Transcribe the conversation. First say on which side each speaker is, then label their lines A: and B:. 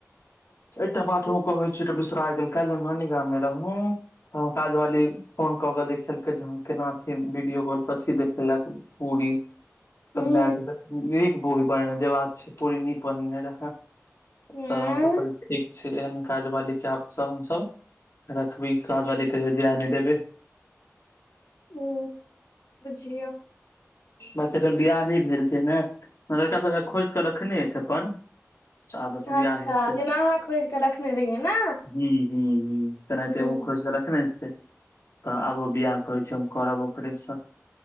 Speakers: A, on the left; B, on the left.
A: एकटा बात हम कहै छी बिसरा गेल काल्हि नानी गाममे रहू त काज वाली फोन कऽ के देखेलकै जे हम केना छी वीडियो कॉल पर छी देखेलक पूरी
B: हूँ
A: त मै नीक पूरी बनेना जे बात छै पूरी नीक बनने रहै
B: एं
A: तऽ हमसभ कहल ठीक छी एहन काज बाली चाबसँ हमसभ रखबै काज वाली कहियो जे नहि देबै
B: ह्म बुझियौ
A: बात छै बियाह नहि भेल छै ने लड़का सबक खोजि कऽ रखने छै अपन चा बियाह
B: अच्छा
A: हेतै भी
B: जेना अहाँ खोजि कऽ रखने रहियै ने
A: ह्म ह्म ह्म ह्म तेनाहिते
B: ह
A: ओ खोजि कऽ रखने तऽ आब बियाह कहै छै हम करब ओकरेसँ